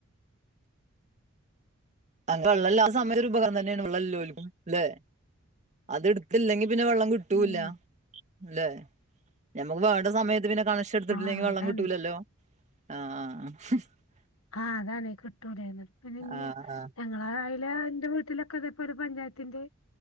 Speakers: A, on the right (about 35°); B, on the left (about 75°).
A: ആ ബെള്ളല്ലാത്ത സമയത്തൊരു ഉപകാ തന്നേണ് വെള്ളല്ലോലും അല്ലെ അത്ഇടുത്തില്ലെങ്കി പിന്നെ വെള്ളം കിട്ടൂല്ല
B: ഉം
A: ല്ലേ? ഞമ്മക്ക് വേണ്ട സമയത്ത് പിന്നെ കണക്ഷനിട്ത്തിട്ടില്ലെങ്കി
B: ആ
A: വെള്ളം
B: അതാണ്.
A: ക്‌ട്ടൂലല്ലോ? ആഹ് ആഹ് ആഹ്
B: ആഹ് അതാണ് കിട്ടൂല്ലേ ന്ന്ട്ട് പിന്നെ ഇഞ്ഞ്
A: ആഹ് ആഹ്
B: ഞങ്ങളെ അയിലെ ഇന്റെ വീട്ടിലൊക്കെ ഇതെ പോലെ പഞ്ചായത്തിന്റെ